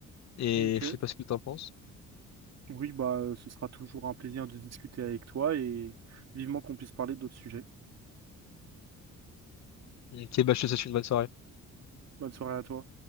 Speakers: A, on the left (about 65°); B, on the right (about 60°).
A: Et
B: Ok.
A: je sais pas ce que tu en penses.
B: Oui, bah, ce sera toujours un plaisir de discuter avec toi et vivement qu'on puisse parler d'autres sujets.
A: Ok, bah, je te souhaite une bonne soirée.
B: Bonne soirée à toi.